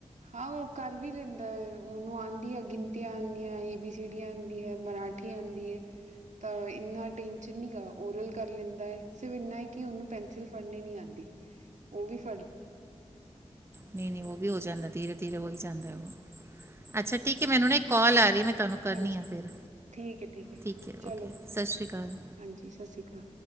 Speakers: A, on the right; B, on the right.
A: ਹਾਂ, ਓ ਕਰ ਵੀ ਲੈਂਦਾ ਐ ਓਨੂੰ ਆਉਂ ਗਿਣਤੀਆਂ ਆਂਦੀਆਂ, ਏ ਬੀ ਸੀ ਡੀ ਆਂਦੀ ਏ, ਮਰਾਠੀ ਆਂਦੀ ਏ, ਤਾਂ ਇੰਨਾ ਟੈਂਨਸ਼ਨ ਨੀਗਾ। ਔਰਲ ਕਰ ਲੈਂਦਾ ਹੈ ਸਿਰਫ ਇੰਨਾ ਏ ਕਿ ਔਨੂੰ ਪੈਨਸਿਲ ਫੜਨ ਨੀ ਆਂਦੀ। ਔ ਵੀ ਫ
B: ਨਹੀਂ ਨਹੀਂ ਉਹ ਵੀ ਹੋ ਜਾਂਦਾ। ਧੀਰੇ-ਧੀਰੇ ਹੋ ਹੀ ਜਾਂਦਾ। ਅੱਛਾ ਠੀਕ ਏ ਮੈਨੂੰ ਨਾ ਇੱਕ ਕਾਲ ਆ ਰਹੀ। ਮੈਂ ਤੁਹਾਨੂੰ ਕਰਨੀ
A: ਹਾਂਜੀ
B: ਆ ਫੇਰ।
A: ਠੀਕ ਹੈ ਹੈ
B: ਠੀਕ ਏ
A: ਚਲੋ
B: ਔ, ਕੇ ਸਸ਼ ਸ੍ਰੀ ਕਾਲ।
A: ਹਾਂਜੀ ਸਤਿ ਸ਼੍ਰੀ ਅਕਾਲ